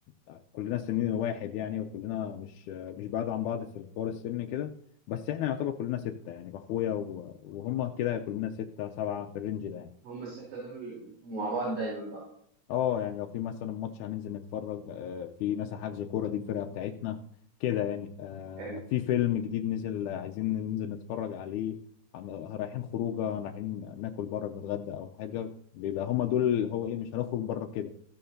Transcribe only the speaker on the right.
هم السته دول انتوا مع بعض دايما بقى
حلو